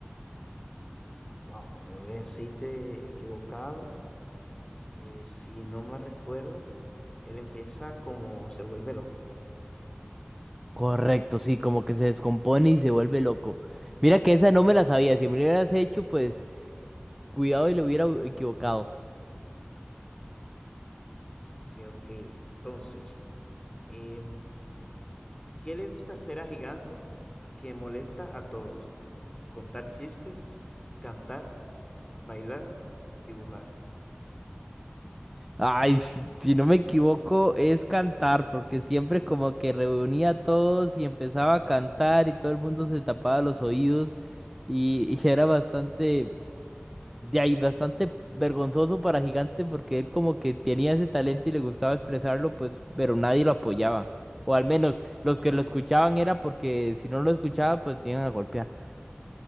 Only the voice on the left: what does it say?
wow, cuando bebe aceite equivocado, eh, si no me recuerdo, él empieza como se vuelve loco.
Que ok, entonces, em, ¿qué le gusta hacer a Gigante que molesta a todos? Contar chistes, cantar, bailar, dibujar.